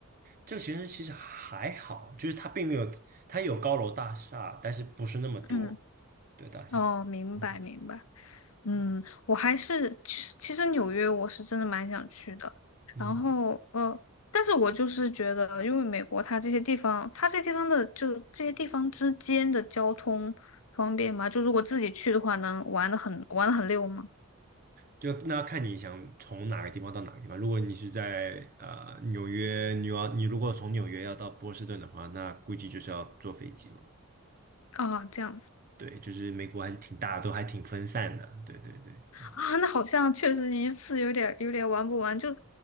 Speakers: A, on the right; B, on the left.
A: 这个其实其实还好，就是它并没有，它有高楼大厦，但是不是那么多，
B: 嗯，
A: 对大厦。
B: 哦，明白明白，
A: 嗯
B: 嗯，
A: 对，
B: 我还是其实其实纽约我是真的蛮想去的，
A: 嗯，
B: 然后呃，但是我就是觉得，因为美国它这些地方，它这些地方的就这些地方之间的交通方便吗？就如果自己去的话，能玩的很玩的很溜吗？
A: 就那要看你想从哪个地方到哪个地方。如果你是在呃纽约，你要你如果从纽约要到波士顿的话，那估计就是要坐飞机了。
B: 啊，这样子。
A: 对，就是美国还是挺大的都还挺分散的。对对对，这样。
B: 啊，那好像确实一次有点有点玩不完，就